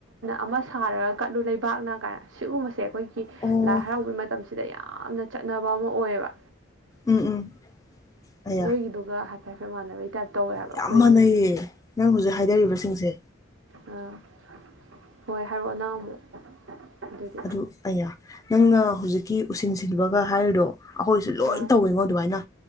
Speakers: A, on the right (about 70°); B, on the left (about 15°).
A: ꯑꯃ ꯁꯥꯔꯒ ꯀꯠꯂꯨ ꯂꯩꯕꯥꯛꯅ ꯀꯥꯏꯅ ꯁꯤꯒꯨꯝꯕꯁꯦ ꯑꯩꯈꯣꯏꯒꯤ
B: ꯑꯣ
A: ꯂꯥꯏ ꯍꯔꯥꯎ ꯇꯈꯤꯕ ꯃꯇꯝꯁꯤꯗ ꯌꯥꯝꯅ ꯆꯠꯅꯕ ꯑꯃ ꯑꯣꯏꯌꯦꯕ
B: ꯎꯝ ꯎꯝ ꯑꯌꯥ
A: ꯅꯣꯏꯒꯤꯗꯨꯒ ꯍꯥꯏꯐꯦꯠ ꯍꯥꯏꯐꯦꯠ ꯃꯥꯟꯅꯕꯩ ꯇꯥꯏꯞ ꯇꯧꯋꯦ ꯍꯥꯏꯕ
B: ꯌꯥꯝ
A: ꯑꯩꯈꯣꯏꯁꯤꯡꯁꯦ
B: ꯃꯥꯟꯅꯩꯌꯦ ꯅꯪ ꯍꯧꯖꯤꯛ ꯍꯥꯏꯗꯔꯤꯕꯁꯤꯡꯁꯦ
A: ꯑꯥ ꯍꯣꯏ ꯍꯥꯏꯔꯛꯑꯣ ꯅꯪ ꯑꯃꯨꯛ ꯑꯗꯨꯗꯤ
B: ꯑꯗꯨ ꯑꯌꯥ ꯅꯪꯅ ꯍꯧꯖꯤꯛꯀꯤ ꯎꯁꯤꯟ ꯁꯤꯟꯕꯒ ꯍꯥꯏꯔꯤꯗꯣ ꯑꯩꯈꯣꯏꯁꯨ ꯂꯣꯏ
A: ꯑꯥ
B: ꯇꯧꯋꯤꯉꯣ ꯑꯗꯨꯃꯥꯏꯅ